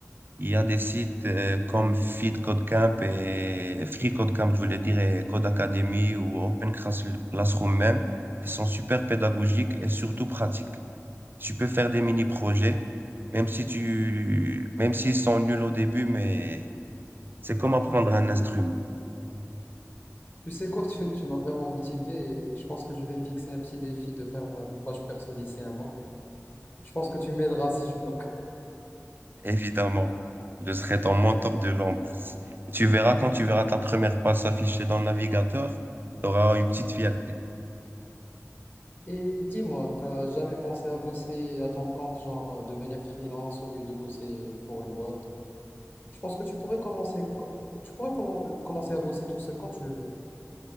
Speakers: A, on the right; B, on the left.
A: Il y a des sites euh, comme Feed Code Camp et Free Code Camp, je voulais dire, et Code Academy ou Open Class- Classroom même, qui sont super pédagogiques et surtout pratiques. Tu peux faire des mini-projets, même si tu, même s'ils sont nuls au début, mais C'est comme apprendre un instrument,
B: Tu sais quoi, <laughs> tu, tu m'as vraiment motivé et je pense que je vais me fixer un petit défi de faire euh, une page perso d'ici un mois. Je pense que tu m'aideras si je bloque.
A: évidemment. Je serai ton mentor de l'ombre. Tu verras quand tu verras ta première page s'afficher dans le navigateur, tu auras une petite fierté.
B: Et dis-moi, t'as jamais pensé à bosser à ton compte, genre euh, devenir freelance au lieu de bosser pour une boîte? Je pense que tu pourrais commencer, co- tu pourrais commen- euh, commencer à bosser tout seul quand tu veux.